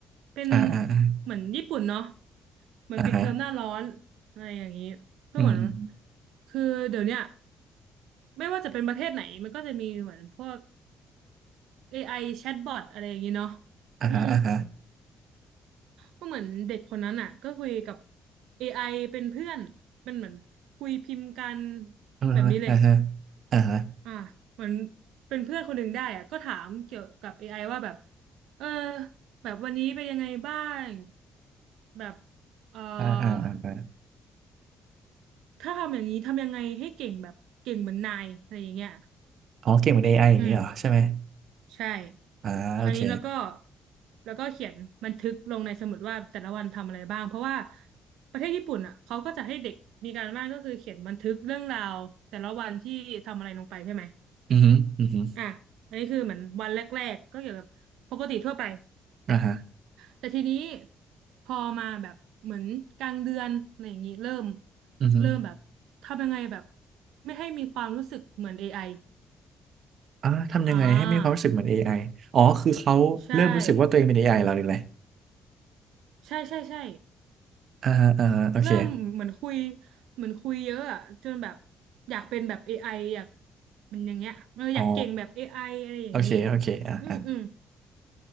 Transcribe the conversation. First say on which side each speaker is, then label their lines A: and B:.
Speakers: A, on the right; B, on the right.
A: เป็น
B: อ่าอ่าอ่า
A: เหมือนญี่ปุ่นเนาะเหมือนปิดเทอมหน้าร้อน
B: อ่าฮะ
A: อะไรอย่างนี้ก็เหมือน
B: อืมอืม
A: คือเดี๋ยวเนี้ยไม่ว่าจะเป็นประเทศไหนมันก็จะมีเหมือนพวก AI แชทบอทอะไรอย่างนี้เนาะ
B: อ่าฮะอ่าฮะ
A: อืมก็เหมือนเด็กคนนั้นอ่ะก็คุยกับ AI เป็นเพื่อนเป็นเหมือนคุยพิมพ์กัน
B: อ่าฮะอ่าฮะ
A: แบบนี้เลย
B: อ่าฮะ
A: อ่ะเหมือนเป็นเพื่อนคนหนึ่งได้อ่ะก็ถามเกี่ยวกับ AI ว่าแบบเออแบบวันนี้เป็นยังไงบ้างแบบเออ
B: อ่าอ่าอ่าอ่า
A: ถ้าทำอย่างนี้ทำยังไงให้เก่งแบบเก่งเหมือนนายอะไรอย่างเงี้ย
B: อ๋อเก่งเป็นเอไออย่างนี้เหรอใช่ไหม
A: อืมใช่
B: อ่าโอเค
A: อันนี้แล้วก็แล้วก็เขียนบันทึกลงในสมุดว่าแต่ละวันทำอะไรบ้างเพราะว่าประเทศญี่ปุ่นอ่ะเขาก็จะให้เด็กมีการบ้านก็คือเขียนบันทึกเรื่องราวแต่ละวันที่ทำอะไรลงไปใช่ไหม
B: อืมอืมออือฮือ
A: อ่ะอันนี้คือเหมือนวันแรกๆก็เกี่ยวกับปกติทั่วไป
B: ่าฮะ
A: แต่ทีนี้พอมาแบบเหมือนกลางเดือนอะไรอย่างนี้เริ่ม
B: อือฮึ
A: เริ่มแบบทำยังไงแบบไม่ให้มีความรู้สึกเหมือนเอ i
B: อ่าทำยังไงให้ไม่มีความรู้สึกเหมือนเอไออ๋อคือเขาเริ่มรู้สึกว่าตัวเองเป็นเอไ
A: ออ่าใช่
B: i แล้วหรืออะไร
A: ใช่ใช่ใช่
B: อ่าฮะอ่าฮะโอเค
A: เริ่มเหมือนคุยเหมือนคุยเยอะอะจนแบบอยากเป็นแบบเอ i ออยากมันอย่างเงี้ยเอออยากเก่งแบบเอ
B: อ๋อ
A: i ออะไรอย่างนี้
B: โอเคโอเคอ่าอ่า
A: อืมอืม